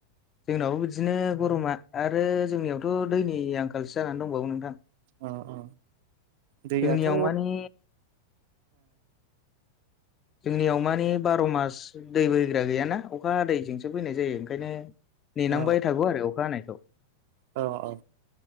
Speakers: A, on the left (about 25°); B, on the right (about 50°).
A: जोंनावबो बिदिनो गरमा आरो जोंनियावथ' दैनि आंखालसो जानानै दंबावो नोंथां।
B: अ अ दैयाथ'
A: जोंनियाव मानि जोंनियाव मानिे बार' मास दै बैग्रा गैयाना अखा दैैजोंसो बैनाय जायो ओंखायनो। नेनांबाय
B: औ
A: थागौ आरो अखा हानायखौ।
B: औ औ